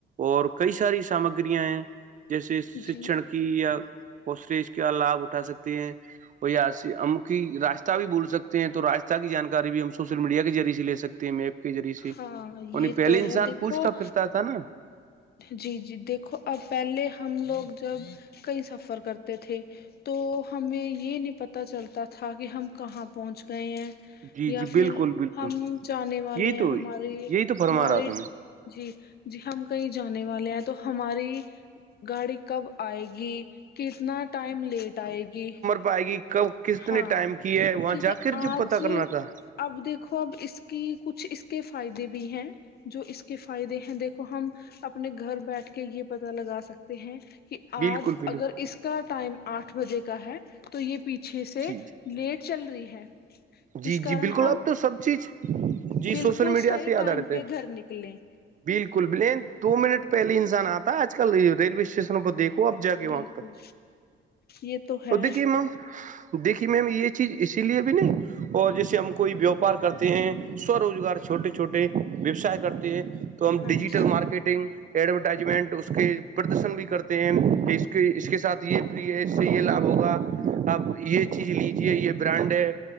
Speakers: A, on the right (about 40°); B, on the left (about 55°).
A: اور کئی ساری سامگریاں ہیں جیسے شکشن
B: جی
A: کی یا کوسج کا لابھ اٹھا سکتے ہیں اور یا ہم کی راستہ بھی بھول سکتے ہیں تو راستہ کی جانکاری بھی ہم س سوشل میڈیا کے ذریعے سے لے سکتے ہیں میپ کے ریے سے
B: ہاں یہ
A: نی پہلے
B: تو
A: انسان
B: ہے دیکھو
A: پوچھتا پھرتا تھا نا
B: جی جی دیکھو اب پہلے ہم لوگ جب کئی سفر کرتے تھے تو ہمیں یہ نہیں پتہ چلتا تھا کہ ہم کہاں پہنچ گئے ہیں
A: جی
B: یا
A: جی
B: پھر
A: بالکل بالکل
B: ہم جانے والے
A: یہی
B: ہیں
A: تو
B: ہمارے
A: یہی تو فرما
B: ہمارے
A: رہا تھا میں
B: جی جی ہم کہیں جانے والے ہیں تو ہماری گاڑی کب آئے گی کتنا ٹائم لیٹ آئے گی
A: پائے گی کب کتنے
B: ہاں
A: ٹائم کی وہاں
B: ٹھیک
A: جا
B: ہے
A: کر
B: آج
A: جب پتا کرنا تھا
B: اب دیکھو اب اس کی کچھ اس کے فائدے بھی ہیں جو اس کے فائدے ہیں دیکھو ہم اپنے گھر بیٹھ کے یہ پتا لگا سکتے ہیں کہ آج
A: بالکل بالکل
B: اگر اس کا ٹائم آٹھ بجے کا ہے تو یہ پیچھے سے
A: جی جی
B: لیٹ چل رہی ہے جس
A: جی جی
B: کارن
A: بالکل
B: ہم
A: اب تو سب چیز جی
B: بالکل
A: سوشل میڈیا
B: صحیح
A: سے یاد
B: ٹائم
A: آ رہے تھ ہیں
B: پہ گھر نکلیں
A: بالکل بلین دو منٹ پہلے انسان آتا آج کل ریلوے اسٹیشنوں پر دیکھ خوب جاگی وگتا
B: بالکل یہ تو ہے
A: اد کی م دیکھیے میم یہ چیز اسی لیے بھی نہیں اور جیسے ہم کوئی ووپار کرتے ہیں سو روزگار چھوٹے چھوٹے ویوسائے کرتے ہیں تو ہم
B: ہاں
A: ڈیجیٹل
B: جی
A: مارکیٹنگ ایڈورٹائزمنٹ اس کے پردرشن بھی کرتے ہیں اس کے ساتھ یہ اس سے یہ لابھ ہوگا آپ یہ چیز لیجیے یہ برانڈ ہے